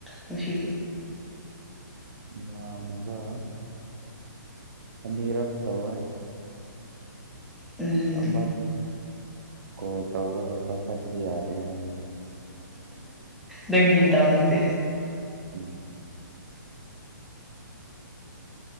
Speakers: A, in the centre; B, on the right.
A: ꯉꯁꯤꯒꯤ
B: ꯃꯥ ꯑꯅꯕ ꯑꯅꯤꯔꯛꯇ ꯇꯧꯣꯏ
A: ꯎꯝ
B: ꯑꯃꯗꯤ ꯀꯣ ꯇꯧꯔꯒ ꯄꯥꯏꯈꯠꯄ ꯌꯥꯗꯦ ꯍꯥꯏꯅꯅ
A: ꯗꯪꯒꯤꯗꯥꯥꯎꯁꯦ
B: ꯎꯝ